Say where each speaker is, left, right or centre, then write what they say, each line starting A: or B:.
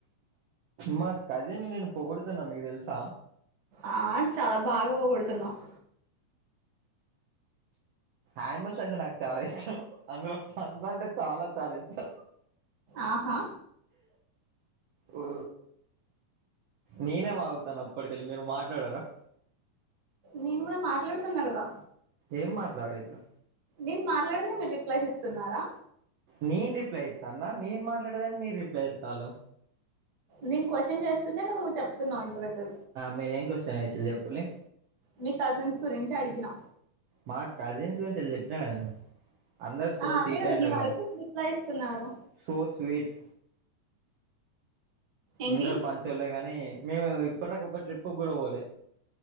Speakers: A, on the right (about 65°); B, on the right (about 40°).
A: మా కజిన్ని నేను పొగుడుతున్నా మీకి దెలుసా
B: ఆ చాలా బాగా పొగుడుతున్నావ్
A: ఆనిమల్స్ అంటే నాకు చాలా ఇష్టం అందులో పందంటే చాలా చాలా ఇష్టం
B: ఆహా
A: ఊ నేనే వాగుతాన్న అప్పటికెళ్ళి మీరు మాట్లాడారా
B: నేను కూడా మాట్లాడుతున్నా కదా
A: ఏం మాట్లాడ ఇట్లా
B: నేను మాట్లాదండే మీరు రిప్లైస్ ఇస్తున్నారా
A: నేను రిప్లై ఇత్తన్న నేను మాట్లాడేదానికి మీరు రిప్లై ఇత్తర్
B: నేను క్వషన్ చేస్తుంటే నువ్వు చెప్తున్నావు ఇంత పె
A: మీరు ఏం క్వశ్చన్ వేసిల్లు చెప్పుల్లి
B: మీ కజిన్స్ గురించి అడిగినా
A: మాకు కజిన్స్ గురించి చెప్పినా గాధ నేను అందరు సో
B: ఆ! అదే
A: స్వీట్
B: కదా
A: అంట
B: నేను
A: గాద
B: అడిగితే మీరు రిప్లై ఇస్తున్నారు.
A: సో స్వీట్
B: ఏంటి?
A: అందరు మంచి వోళ్లే గానీ మేము ఇప్పటి దాకా ఒక ట్రిప్ కూడా పోలే